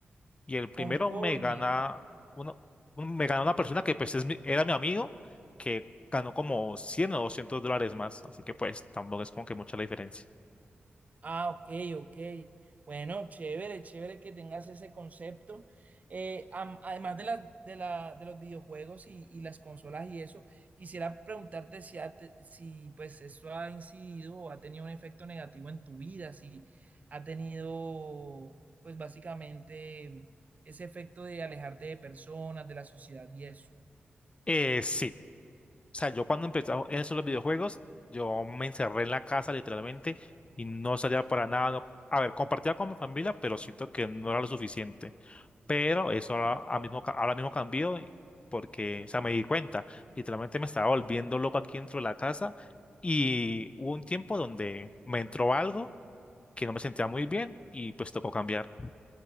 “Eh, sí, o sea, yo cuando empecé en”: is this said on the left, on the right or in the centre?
Left